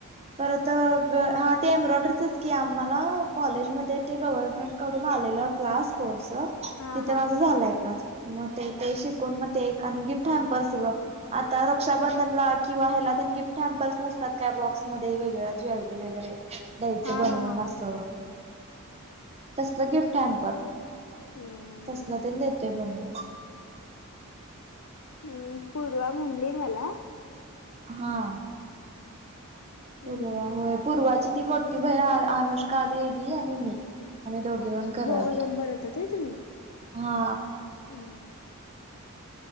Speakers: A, on the right; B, on the left.
A: परत ग हा ते एम्ब्रॉयडरीचच की आम्हाला कॉलेजमध्ये ते गव्हर्नमेंट कडून आलेलं क्लास कोर्स च
B: हा
A: तिथ
B: हा
A: माझ
B: हा.
A: झालाय क्लास मग ते
B: अच्छा.
A: शिकून केक आणि गिफ्टा सगळं आता रक्षाबंधनला किंवा ह्याला गिफ्ट हॅम्पल्स नसतात काय बॉक्समध्ये वेगळ ज्वेलरी वगैरे द्यायचं
B: हा
A: बनवून
B: हा हा
A: असं
B: हा हा.
A: तसलं गिफ्ट हॅम्पर
B: हम्म
A: तसलं ते देतोय बनून
B: हम्म पूर्वा म्हणली मला
A: हा.
B: हम्म.
A: पूर्वा होय पूर्वाची ती मोठी बहीण अनुष्का दीदी आणि मी आम्ही दोघी
B: अच्छा
A: म्हण करालतो
B: दोघ जण बनवतात होय तुम्ही?
A: हा
B: हम्म